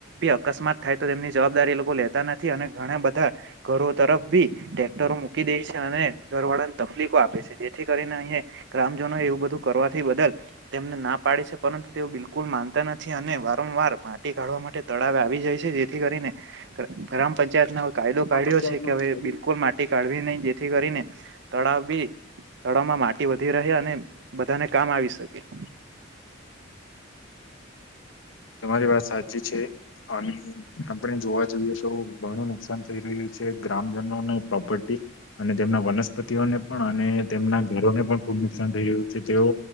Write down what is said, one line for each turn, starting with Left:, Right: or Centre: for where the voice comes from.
Right: અકસ્માત થાય તો તેમની જવાબદારી એ લોકો લેતા નથી, અને ઘણા બધા ઘરો તરફ બી ટટેક્ટરો મૂકી દે છે અને ઘર વાળાને તકલીફો આપે છે જે થી કરીને અહી ગ્રામજનો એવું બધું કરવાથી બદલ તેમને ના પાડી છે, પરંતુ તેઓ બિલકુલ માન નથી અને વારંવાર માટી કાઢવા માટે તળાવ આવી જાય છે જેથી કરીને ગ્રામં પંચ ત હવે કાયદો
Left: ગ્રામ
Right: કાઢ્યો
Left: પંચાયતનો
Right: છે કે હવે
Left: ફાયદો
Right: બિલકુલ માટી કાઢવી નહી થી કરીને તળાવ બી તળાવમાં માટી વધી રહે અને બધાને કામ આવી શકે
Left: <inaudible> તમારી વાત સાચી છે અને આપણે જોવા જઈએ તો ઘણું નુકસાન થઈ રહ્યું છે. છે ગ્રામજનો ને પ્રોપર્ટી અને તેમના વનસ્પતિઓને પણ અને તેમના ઘરોને પણ ખુબ નુકસાન થઈ રહ્યું છે તેઓ